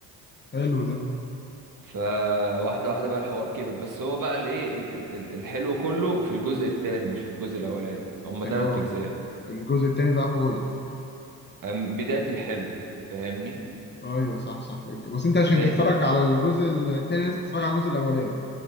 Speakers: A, on the left; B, on the right.
A: حلو ده
B: فواحده واحده بقى الحوار كبر بس هو بقى الايه ال- ال- ال- الحلو كله في الجزء الثاني مش في الجزء الاولاني هما
A: يعني
B: ثلاث
A: هو
B: اجزاء
A: الجزء التاني ده اقوى جزء
B: أم- بدايه الحلو فاهمني
A: ايوه صح صح فهمت. بس انت عشان
B: بدايه
A: تتفرج على الجزء التاني لازم تتفرج على الجزء الاولاني